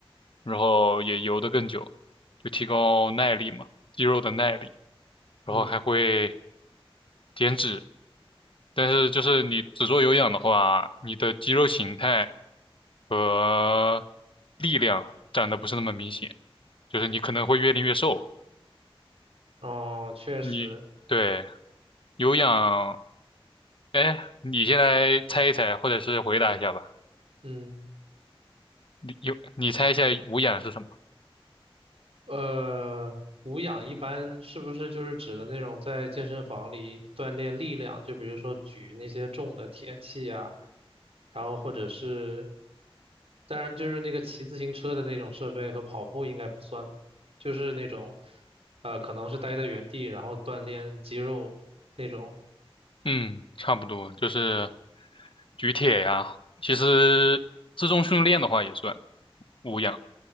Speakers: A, on the left (about 60°); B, on the right (about 80°).
A: 然后也游得更久，就提高耐力嘛，肌肉的耐力，然后还会
B: 嗯，
A: 减脂。但是就是你只做有氧的话，你的肌肉形态和力量长得不是那么明显，就是你可能会越练越瘦。
B: 哦，确实，
A: 你对有氧，哎，你先来猜一猜，或者是回答一下吧。
B: 嗯，
A: 你有你猜一下无氧是什么？
B: 呃，无氧一般是不是就是指的那种在健身房里锻炼力量，就比如说举那些重的铁器啊，然后或者是，当然就是那个骑自行车的那种设备和跑步应该不算吧，就是那种，呃，可能是待在原地然后锻炼肌肉那种
A: 嗯，差不多就是举铁呀。其实自重训练的话也算无氧。